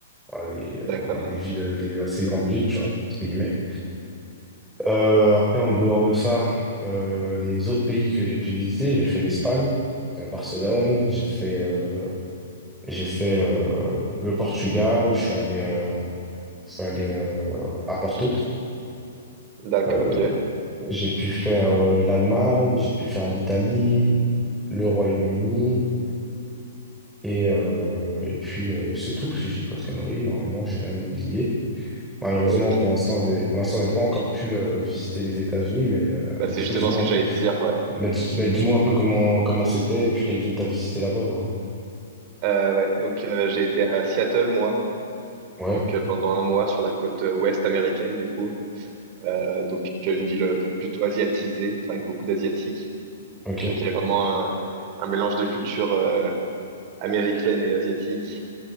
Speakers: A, in the centre; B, on the right (about 40°).
A: voilà, les,
B: d'accord,
A: les- des villes, des assez grandes villes, tu vois, entre guillemets. Euh, après, en dehors de ça, euh, les autres pays que j'ai pu visiter, j'ai fait l'Espagne, euh, Barcelone, j'ai fait, euh, j'ai fait euh, le Portugal, je suis allé, euh, je suis allé euh, à Porto,
B: d'accord,
A: Euh,
B: ok,
A: j'ai pu faire euh, l'Allemagne, j'ai pu faire l'Italie, le Royaume-Uni, et, euh, et puis euh, c'est tout, si je dis pas de conneries, normalement j'ai rien oublié. Malheureusement,
B: ok.
A: pour l'instant, j'ai pour l'instant, j'ai pas encore pu euh, visiter les États-Unis, mais euh,
B: Bah,
A: bah,
B: c'est
A: du coup,
B: justement
A: dis-moi,
B: ce que
A: un peu-
B: j'allais te dire, ouais.
A: bah, dis, bah, dis-moi un peu comment comment c'était et puis quelle ville t'as visité là-bas, quoi.
B: Euh, ouais. Donc, euh, j'ai été à Seattle, moi,
A: Ouais,
B: donc euh, pendant un mois sur la côte euh, ouest américaine, du coup. Euh, donc, euh, une ville euh, plutôt asiatisée, enfin, avec beaucoup d'asiatiques.
A: ok,
B: Donc, il y avait vraiment un, un mélange de culture euh, américaine et asiatique.